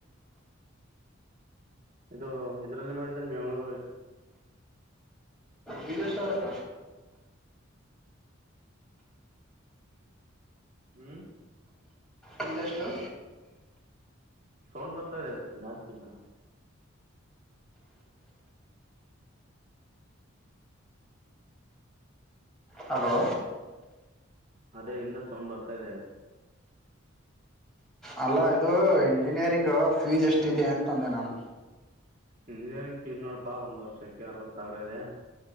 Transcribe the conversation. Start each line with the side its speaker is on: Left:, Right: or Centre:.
Right: ಇದು ಇದ್ರಲ್ಲ ಮಾಡಿದ್ದನೆ ಬೆಂಗ್ಳೂರು.
Centre: ವಿದ ಸರಕ.
Right: ಹ್ಮ್.
Centre: ಎಂದಷ್ಟು.
Right: ಸೋೊಂಡ್ ಬರ್ತಾರೆ ಜಾಸ್ತಿನ
Centre: ಹಲೋ
Right: ಅದೇ ಇಂದ ಸೌಂಡ್ ಬರ್ತಾ ಇದೆ
Centre: ಅಲ್ಲ ಇದು ಇಂಜಿನಿಯರಿಂಗ್ ಫೀಸ್ ಎಷ್ಟ ಇದೆ ಅಂತಂದೆ ನಾನು
Right: ಇಂಜಿನಿಯರಿಂಗ್ ಫೀಸ್ ನೋಡಪಾ ಒಂದ್ ವರ್ಷಕ್ಕೆ ಅರವತ್ ಸಾವಿರ ಇದೆ